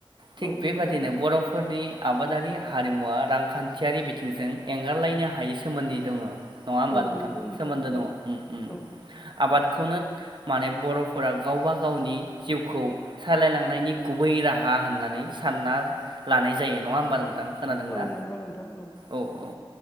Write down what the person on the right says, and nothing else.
थिग
बेबादिनो
बर'फोरनि आबादारि हारिमुवा रांखान्थियारि बिथिंजों एंगारलायनो हायै सोमोन्दै दङो। नङा होमबा
नोंथां
सोमोन्दो दङ
ओम ओम।
आबाद खौनो माने बर'फोरा गावबा गावनि जिउखौ सालायलांनायनि गुबै राहा होननानै सानना लानाय जायो नङा होमबा नोंथां? खोनादोंना
औ औ।